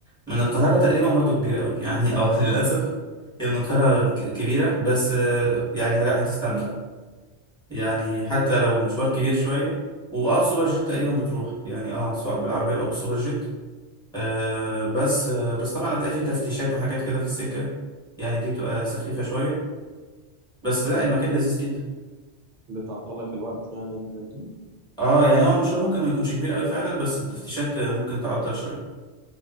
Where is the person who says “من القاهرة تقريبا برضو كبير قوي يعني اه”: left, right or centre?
Centre